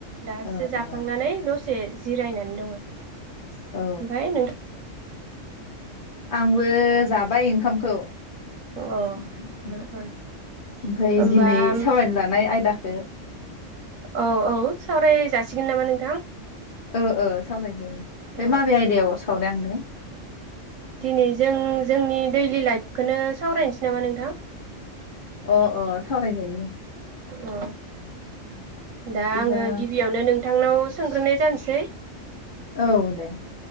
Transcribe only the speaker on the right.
दासो
जाखांनानै
दसे जिरायनानै दङ।
ओमफ्राय नों
अ
होमबा
औ औ सावराय जासिगोन नामा नोंथां
ओ
ओ
दिनै जों जोंनि दैलि लाइफखौनो सावरायनोसै नामा नोंथां
अ दा
आङो गिबियावनो नों नोंथांनाव सोंग्रोनाय जानोसै